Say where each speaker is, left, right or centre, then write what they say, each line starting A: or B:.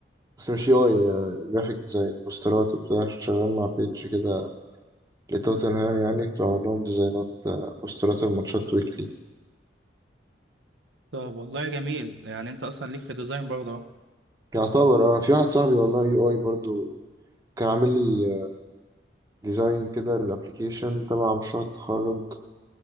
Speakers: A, on the right; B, on the right.
A: بس مش يو اي جرافيك ديزاين بوسترات وبتاع كنت شغال مع بيج كده لتوتنهام يعني كنت بعمل لهم ديزاينات آه، بوسترات الماتشات ويكلي
B: طب والله جميل يعني أنت أصلا ليك في الديزاين برضه أهو
A: يعتبر اه في واحد صاحبي والله يو اي برضو كان عامل لي ديزاين كده الابليكيشن تبع مشروع التخرج